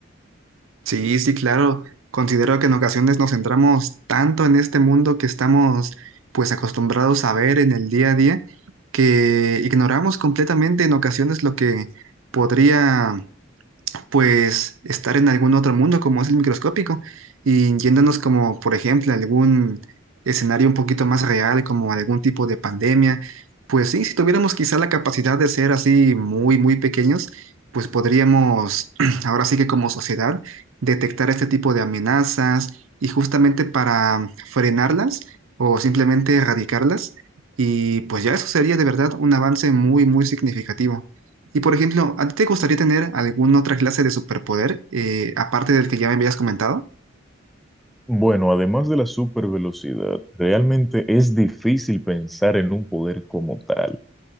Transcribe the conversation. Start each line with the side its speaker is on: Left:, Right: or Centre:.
Right: Sí, sí, claro. Considero que en ocasiones nos centramos tanto en este mundo que estamos pues acostumbrados a ver en el día a día que ignoramos completamente en ocasiones lo que podría pues estar en algún otro mundo como es el microscópico y yéndonos como, por ejemplo, a algún escenario un poquito más real, como algún tipo de pandemia, pues sí, si tuviéramos quizá la capacidad de ser así muy, muy pequeños, pues podríamos, <clears throat> ahora sí que como sociedad, detectar este tipo de amenazas y justamente para frenarlas o simplemente erradicarlas. Y pues ya eso sería de verdad un avance muy, muy significativo. Y por ejemplo, ¿a ti te gustaría tener alguna otra clase de superpoder, eh, aparte del que ya me habías comentado?
Centre: Bueno, además de la supervelocidad, realmente es difícil pensar en un poder como tal.